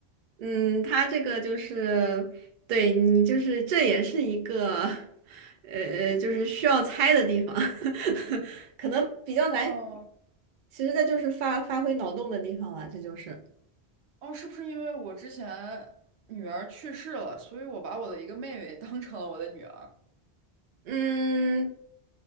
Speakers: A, on the right (about 60°); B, on the right (about 85°).
A: 嗯，他这个就是，对你就是这也是一个，<laughs> 呃，就是需要猜的地方，<laughs> 可能比较难。
B: <laughs> 哦
A: 其实这就是发发挥脑洞的地方了，这就是。
B: 哦，是不是因为我之前女儿去世了，所以我把我的一个妹妹当成了我的女儿？
A: 嗯，